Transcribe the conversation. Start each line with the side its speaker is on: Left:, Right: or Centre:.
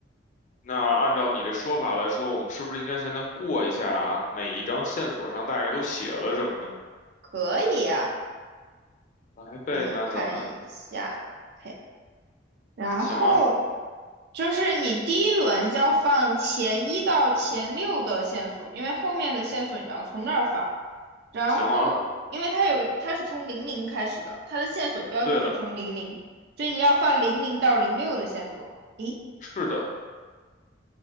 Left: 那按照你的说法来说，我们是不是应该现在过一下啊每一张线索上大概都写了什么呢？
Right: 可以啊。
Left: 来呗，
Right: 我们看一下，OK
Left: 那咱们
Right: 然后
Left: 行啊，
Right: 就是你第一轮要放前一到前六的线索，因为后面的线索你要从那儿放。然后，
Left: 行啊，
Right: 因为它有它是从零零开始的，它的线索标记是从零零，
Left: 对的，
Right: 所以你要放零零到零六的线索。咦，
Left: 是的，